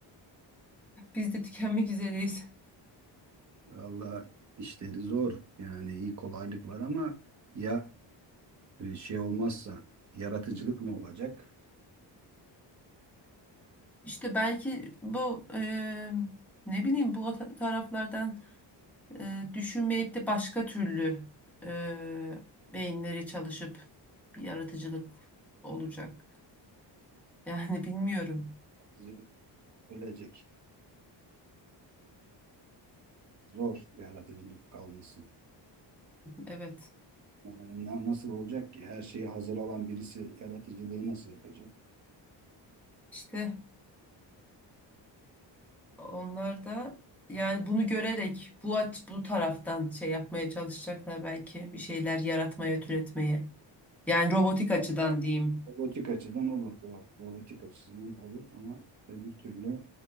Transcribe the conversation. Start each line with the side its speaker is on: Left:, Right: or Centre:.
Centre: biz de tükenmek üzereyiz.
Right: Valla işleri zor. Yani iyi kolaylık var ama ya e, şey olmazsa yaratıcılık ne olacak?
Centre: İşte belki bu eee, ne bileyim bu ta- taraflardan e, düşünmeyip de başka türlü e, beyinleri çalışıp bir yaratıcılık olacak. Yani <laughs> bilmiyorum.
Right: Yaratıcılık ölecek. Zor yaratıcılık kalmasın.
Centre: Evet.
Right: Yani na- nasıl olacak ki? Her şeyi hazır alan birisi yaratıcılığı nasıl yapacak?
Centre: İşte onlar da yani bunu görerek bu aç bu taraftan şey yapmaya çalışacaklar belki bir şeyler yaratmaya, türetmeye. Yani robotik açıdan diyeyim.
Right: Robotik açıdan olur. doğru. Robotik açısından olur ama öbür türlü